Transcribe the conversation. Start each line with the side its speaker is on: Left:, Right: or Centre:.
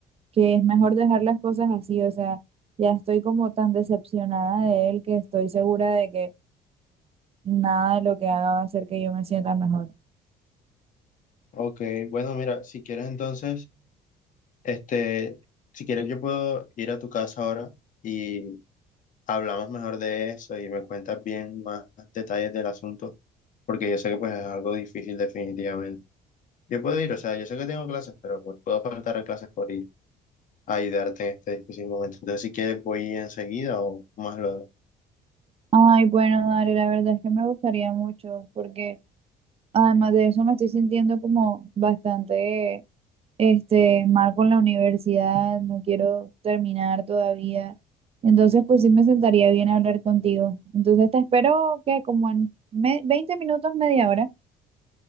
Right: que es mejor dejar las cosas así, o sea, ya estoy como tan decepcionada de él que estoy segura de que nada de lo que haga va a hacer que yo me sienta mejor.
Left: Ok, bueno, mira, si quieres entonces, este, si quieres yo puedo ir a tu casa ahora y hablamos mejor de eso y me cuentas bien más detalles del asunto, porque yo sé que pues es algo difícil definitivamente. Yo puedo ir, o sea, yo sé que tengo clases, pero pues puedo faltar a clases por ir a ayudarte en este difícil momento. Entonces, si quieres, voy enseguida o más luego.
Right: Ay, bueno, Dari, la verdad es que me gustaría mucho, porque además de eso me estoy sintiendo como bastante, este, mal con la universidad, no quiero terminar todavía. Entonces, pues sí me sentaría bien hablar contigo. Entonces, te espero que como en me- 20 minutos, media hora.